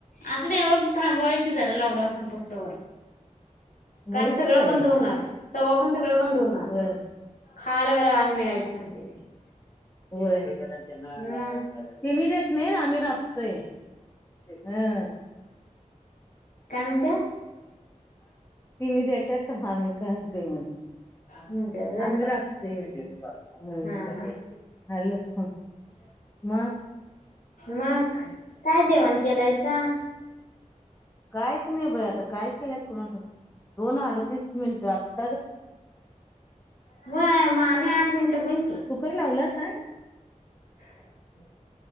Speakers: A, on the left; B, on the left.
A: असुदे हॊ आता थांबवायच जरा लॉकडाऊन संपूस तवर कारण
B: व्हय की
A: सगळं
B: बाई
A: बंद होणार तवा पण सगळं बंद होणार
B: व्हय
A: खायला जरा आन मिळायची पंचायती ते
B: होय तिनी
A: म
B: देत नाही आम्ही राबतोय ह
A: काय म्हणत्यात
B: तिनी देत्यात आम्ही काढतोय म्हण
A: म्हणत्यात व्हय
B: आम्ही राबतोय हम
A: हा हा
B: हॅलो ह म
A: मंग कायं जेवणं केलं हायंसा
B: कांहींच नाहीं बाई आंता कायं केलंत कोणांच्या दोन अडतीस मिनिटांत
A: होयं आणि आंठ मिनटं बोलं की
B: कुठं लावलां सा
A: हम्मं